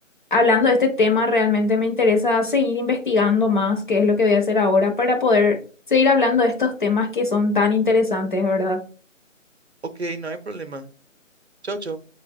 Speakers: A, on the left (about 40°); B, on the right (about 55°).
A: hablando de este tema, realmente me interesa seguir investigando más, qué es lo que voy a hacer ahora para poder seguir hablando de estos temas que son tan interesantes, ¿verdad?
B: Ok, no hay problema. Chau, chau.